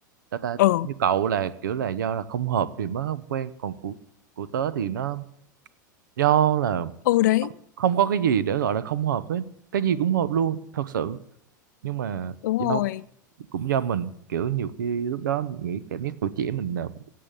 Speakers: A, on the right; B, on the left.
A: ta ta
B: ừ
A: như cậu là kiểu là do là không hợp thì mới không quen còn của của tớ thì nó do là
B: ừ đấy
A: không, không có cái gì để gọi là không hợp hết cái gì cũng hợp luôn thật sự nhưng mà
B: đúng
A: do
B: rồi
A: cũng do mình kiểu nhiều khi lúc đó mình nghĩ cảm giác tuổi trẻ mình là